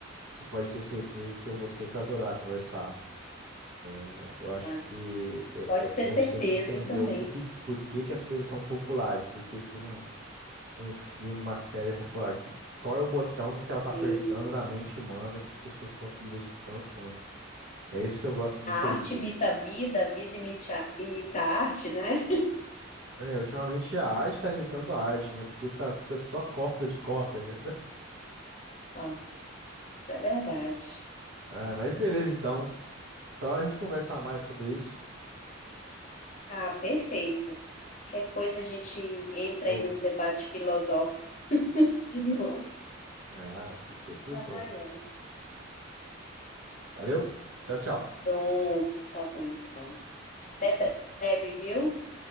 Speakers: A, on the right (about 65°); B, on the left (about 35°).
A: você pode ter certeza que eu vou sempre adorar conversar. É, Eu acho
B: tá?
A: que é-
B: Pode ter
A: é-
B: certeza
A: a gente tem que entender
B: também
A: o, o que, que- por que que as coisas são populares, por que que um, um filme, uma série é popular, que- qual é o botão que ela está apertando
B: que
A: na mente humana que as pessoas estão se identificando tanto. É isso que eu gosto de
B: a
A: entender.
B: arte imita a vida, a vida imita imita a arte, né?
A: É, ultimamente a arte tá imitando a arte, né? Porque tá t- só cópia de cópia, né?
B: <laughs> Ó, isso é verdade.
A: Ah, mas beleza, então. Então a gente conversa mais sobre isso.
B: Ah, perfeito. Qualquer coisa a gente entra
A: Show.
B: aí num debate filosófico de novo.
A: Ah, tô sempre pronto.
B: Ai, ai.
A: Valeu. Tchau, tchau.
B: Pronto, tá bom então. Até breve, viu?